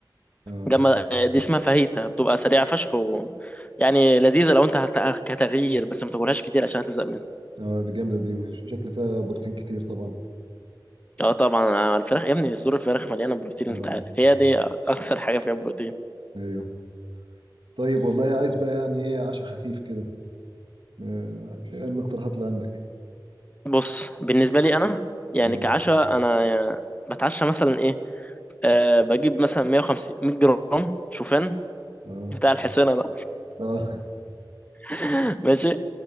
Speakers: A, on the right; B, on the left.
A: اه
B: جنب دي اسمها فاهيتا بتبقى سريعه فشخ و... يعني لذيذه لو انت هت- كتغيير بس ما تاكلهاش كتير عشان هتزهق منها
A: اه دي جامدة دي وشكل فيها بروتين كتير طبعا
B: اه طبعا آه، الفراخ يا ابني صدور الفراخ مليانه بروتين
A: اه
B: انت عارف هي دي اكثر حاجه فيها بروتين
A: ايوه طيب والله عايز بقى يعني ايه عشاء خفيف كده آه، ايه الاقتراحات اللي عندك؟
B: بص بالنسبه لي انا يعني
A: مم.
B: كعشاء انا بتعشى مثلا ايه أه بجيب مثلا 150 100 جرام شوفان
A: اه
B: بتاع الحصينة ده
A: اه
B: <laughs> ماشي